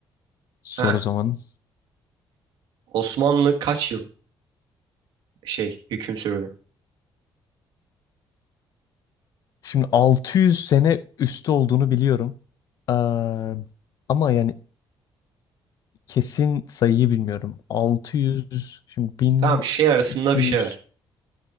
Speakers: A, on the left (about 50°); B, on the right (about 70°).
A: Sor
B: Heh.
A: o zaman.
B: Osmanlı kaç yıl şey hüküm sürdü?
A: Şimdi 600 sene üstü olduğunu biliyorum. Eee, ama yani kesin sayıyı bilmiyorum. 600, şimdi 1200.
B: Tamam şey arasında bir şey ver.